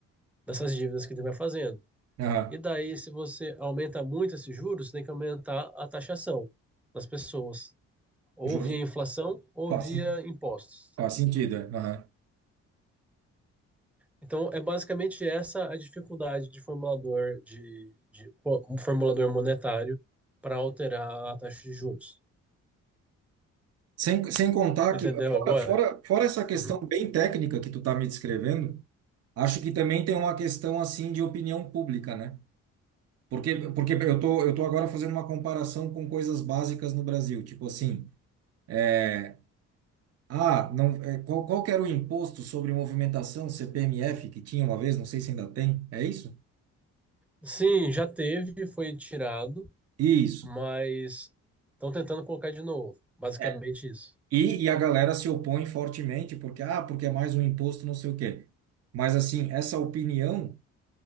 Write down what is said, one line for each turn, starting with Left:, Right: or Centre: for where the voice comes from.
Centre: dessas dívidas que ele vai fazendo.
Right: Aham.
Centre: E daí, se você aumenta muito esses juros, você tem que aumentar a taxação das pessoas, ou
Right: Justo.
Centre: via inflação ou
Right: Faz,
Centre: via
Right: sen-
Centre: impostos.
Right: faz sentido, é. Aham.
Centre: Então, é basicamente essa a dificuldade de formulador de, de pô, um formulador monetário para alterar a taxa de juros.
Right: Sem, sem contar
Centre: Você
Right: que,
Centre: entendeu
Right: fora,
Centre: agora?
Right: fora, fora essa questão
Centre: Uhum.
Right: bem técnica que tu tá me descrevendo, acho que também tem uma questão, assim, de opinião pública, né? Porque, porque eu tô, eu tô agora fazendo uma comparação com coisas básicas no Brasil, tipo assim. é, Ah, não, é, qual, qual que era o imposto sobre movimentação CPMF que tinha uma vez? Não sei se ainda tem. É isso?
Centre: Sim, já teve, foi tirado,
Right: Isso.
Centre: mas estão tentando colocar de novo. Basicamente
Right: É.
Centre: isso.
Right: E, e a galera se opõe fortemente porque, ah, porque é mais um imposto, não sei o quê. Mas, assim, essa opinião,